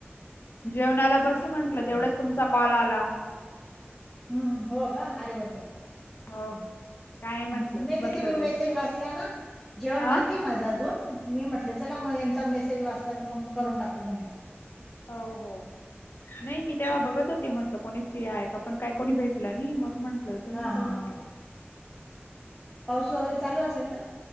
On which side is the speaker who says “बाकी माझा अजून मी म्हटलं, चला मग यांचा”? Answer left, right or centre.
Centre